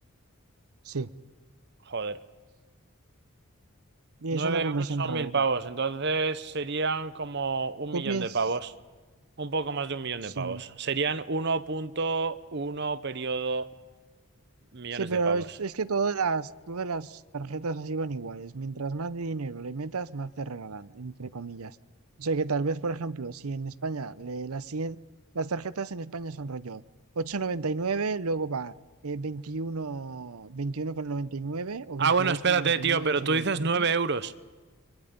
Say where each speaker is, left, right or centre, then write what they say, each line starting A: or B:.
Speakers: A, on the right; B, on the right.
A: Sí.
B: Joder.
A: Y
B: Nueve
A: es una conversión
B: euros son
A: rara
B: mil
A: una.
B: pavos. Entonces serían como un
A: ¿Tú
B: millón
A: piensas?
B: de pavos. Un poco más de un millón
A: Sí.
B: de pavos. Serían uno punto uno periodo millones
A: Sí, pero
B: de pavos.
A: es, es que todas las, todas las tarjetas así van iguales. Mientras más dinero le metas, más te regalan, entre comillas. O sea que tal vez, por ejemplo, si en España le, las, cien- las tarjetas en España son rollo ocho coma noventa y nueve luego va eh, veintiuno, veintiuno coma noventa y nueve o
B: Ah,
A: veintidós
B: bueno, espérate,
A: coma noventa
B: tío,
A: y nueve
B: pero
A: no sabría
B: tú dices
A: decirte.
B: nueve euros.